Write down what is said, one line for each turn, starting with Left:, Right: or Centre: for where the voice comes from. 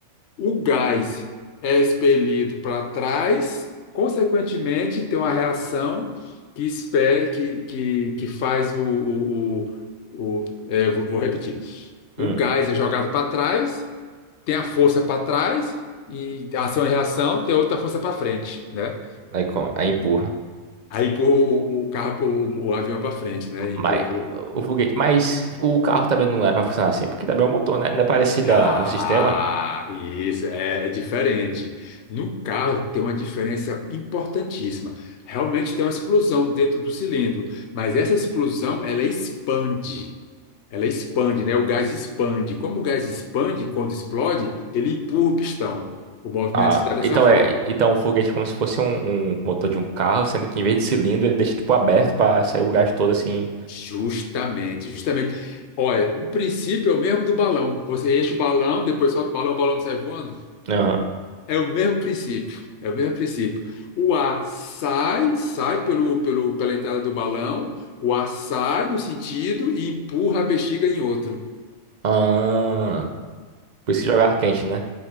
Left: O gás é expelido para trás, consequentemente, tem uma reação que, espere, que, que, que faz o. o, o, o- é, vou, vou repetir. O
Right: Hum.
Left: gás é jogado para trás, tem a força para trás, e ação e reação tem outra força para frente, né?
Right: Aí, como? Aí empurra.
Left: Aí empurra o, o carro, o, o avião para frente, né?
Right: Mas
Left: Empurra
Right: o foguete. Mas o carro também não era pra funcionar assim, porque também é o motor, né? Não é parecido
Left: Ah,
Right: a- ao sistema?
Left: isso é, é diferente. No carro tem uma diferença importantíssima. Realmente tem uma explosão dentro do cilindro, mas essa explosão ela expande. Ela expande, né? O gás expande. Como o gás expande, quando explode, ele empurra o pistão. O movimento
Right: Ah,
Left: se dá dessa
Right: então
Left: forma.
Right: é, então o foguete é como se fosse um, um motor de um carro, sendo que em vez de cilindro ele deixa tipo aberto pra sair o gás todo assim.
Left: Justamente, justamente. Olha, o princípio é o mesmo do balão. Você enche o balão, depois solta o balão, o balão sai voando.
Right: Aham.
Left: É o mesmo princípio, é o mesmo princípio. O ar sai, sai pelo, pelo, pela entrada do balão, o ar sai num sentido e empurra a bexiga em outro.
Right: Ah, por isso que joga ar quente, né?